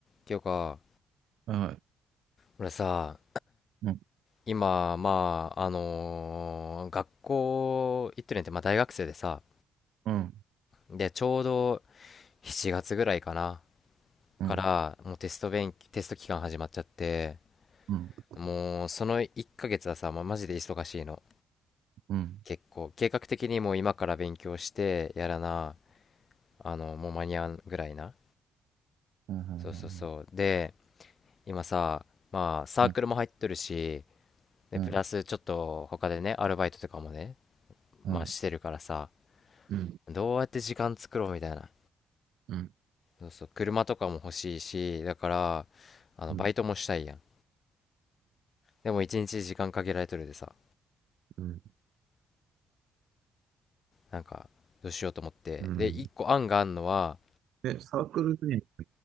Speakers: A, on the left (about 45°); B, on the right (about 75°).
A: ていうか、
B: はい。
A: 俺さ、
B: うん、
A: 今、まあ、あのー学校行ってるんやって、まあ、大学生でさ、
B: うん、
A: で、ちょうど7月ぐらいかな、
B: うん、
A: から、もうテスト勉、テスト期間始まっちゃって、
B: うん、うん、
A: もう、その1ヶ月はさ、まあ、マジで忙しいの。
B: うん、うん、
A: 結構、計画的にもう今から勉強して、やらな、あの、もう間に合うぐらいな。
B: うん、
A: そうそうそう。で、今さ、まあ、サークルも入っとるし、
B: うん、
A: で、
B: うん、
A: プラスちょっと他でね、アルバイトとかもね、まあしてるからさ、
B: うん、
A: どうやって時間作ろうみたいな。
B: うん、うん、
A: そうそう、車とかも欲しいし、だから、あの、
B: うん、
A: バイトもしたいやん。でも一日時間限られとるでさ、
B: うん、
A: なんか、どうしようと思って。
B: うん。
A: で、一個案があんのは、
B: で、サークルで、